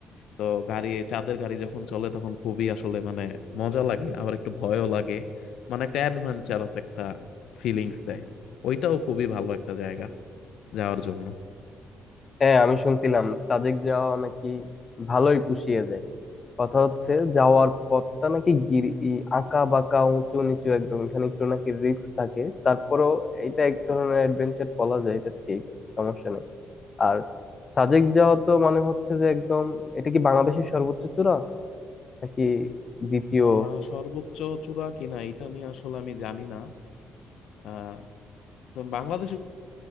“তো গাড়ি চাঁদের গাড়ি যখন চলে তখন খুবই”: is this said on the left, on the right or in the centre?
Left